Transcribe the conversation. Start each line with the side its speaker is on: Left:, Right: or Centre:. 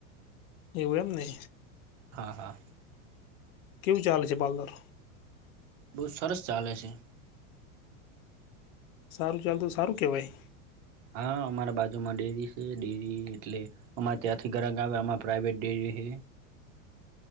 Left: એવું, એમ ને?
Right: હા, હા.
Left: કેવું ચાલે છે પાર્લર?
Right: બઉ સરસ ચાલે છે.
Left: સારું ચાલતું તો, સારું કેવાય.
Right: હા, અમારા બાજુમાં ડેરી છે. ડેરી એટલે- અમારે ત્યાંથી ગરાક આવે, આમાર પ્રાઇવેટ ડેરી હે.